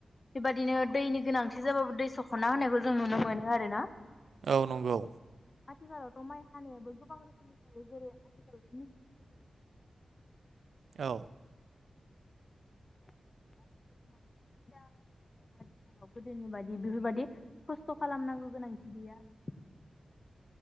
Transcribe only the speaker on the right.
औ नंगौ।
औ